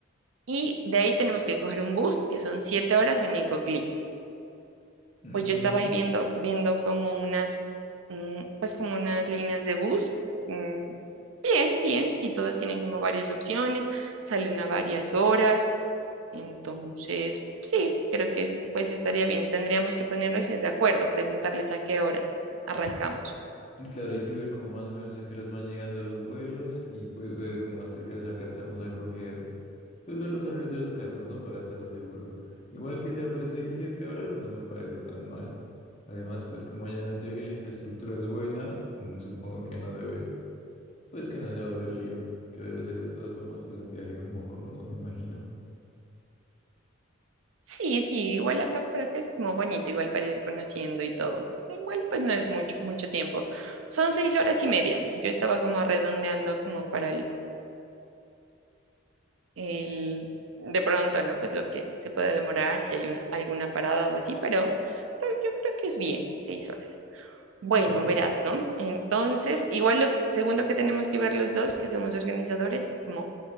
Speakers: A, on the right; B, on the left.
A: Y de ahí tenemos que coger un bus, que son siete horas en Nicoclí.
B: Mm,
A: Pues yo estaba ahí viendo, viendo como unas, mm, pues como unas líneas de bus. mm, bien, bien, si todas tienen como varias opciones, salen a varias horas. Entonces, sí, creo que pues estaría bien. Tendríamos que ponernos de acuerdo, preguntarles a qué horas arrancamos.
B: mm. Claro, hay que ver como más o menos a qué horas van llegando los vuelos y pues ver cómo hasta qué horas alcanzamos a coger. pues ver los horarios de los carros, ¿no? Para estar seguro. Igual que sea pues 6 7 horas, no me parece tan mal. Además, pues como allá en Antioquia la infraestructura es buena, mm, supongo que no debe, pues que no debe haber lío, que debe ser de todas formas pues un viaje como cómodo, me imagino.
A: Sí, sí, igual acá por acá es como bonito, igual para ir conociendo y todo. Igual pues no es mucho, mucho tiempo. Son seis horas y media. Yo estaba como redondeando como para el, el- de pronto, ¿no? Pues lo que se puede demorar, si hay una, alguna parada o así, pero, pero yo creo que es bien, seis horas. Bueno,
B: Ah,
A: verás, ¿no? Entonces, igual lo segundo que tenemos que ver los dos, que somos organizadores, como